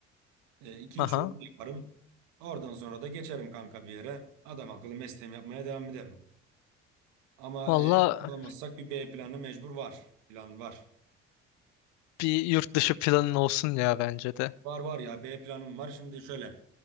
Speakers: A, on the right; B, on the left.
A: 2
B: Aha.
A: üç yıl onu yaparım. Oradan sonra da geçerim kanka bir yere. Adam akıllı mesleğimi yapmaya devam ederim. Ama
B: Valla
A: e, not alamazsak bir B planı mecbur var. Plan var.
B: bir yurt dışı planın olsun ya bence de.
A: Var var ya B planım var. Şimdi şöyle